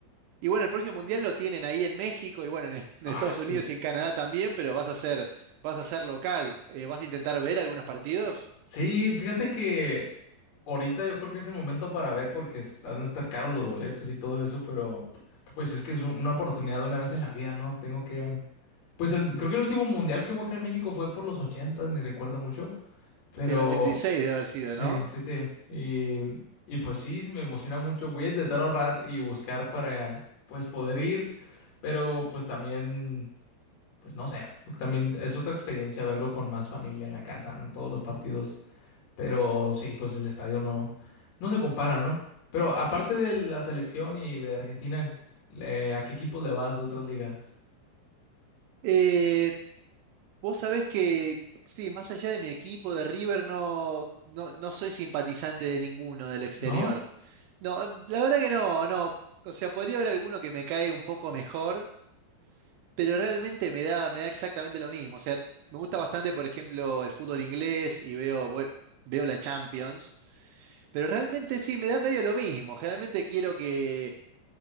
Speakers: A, on the right (about 80°); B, on the left (about 50°).
A: y bueno, el próximo mundial lo tienen ahí en México y bueno, en, <laughs> en
B: Ah,
A: Estados
B: sí.
A: Unidos y en Canadá también, pero vas a ser, vas a ser local. Eh, vas a intentar ver algunos partidos.
B: Sí, fíjate que ahorita yo creo que es el momento para ver porque es- han de estar caros los boletos y todo eso, pero pues es que es una oportunidad de una vez en la vida, ¿no? Tengo que... Pues el- creo que el último mundial que hubo acá en México fue por los ochentas, ni recuerdo mucho, pero
A: El 86 de haber sido,
B: sí,
A: ¿no?
B: sí, sí. Y, y pues sí, me emociona mucho. Voy a intentar ahorrar y buscar para pues poder ir, pero pues también, pues no sé, también es otra experiencia verlo con más familia en la casa, ¿no? Todos los partidos, pero sí, pues el estadio no, no se compara, ¿no? Pero aparte de la selección y de Argentina, le- ¿a qué equipos le vas de otras ligas?
A: Eh, vos sabés que, sí, más allá de mi equipo de River, no, no, no soy simpatizante de ninguno del exterior.
B: ¿No?
A: No, la verdad que no, no. O sea, podría haber alguno que me cae un poco mejor, pero realmente me da, me da exactamente lo mismo. O sea, me gusta bastante, por ejemplo, el fútbol inglés y veo, bueno, veo la Champions. Pero realmente sí, me da medio lo mismo. Generalmente quiero que,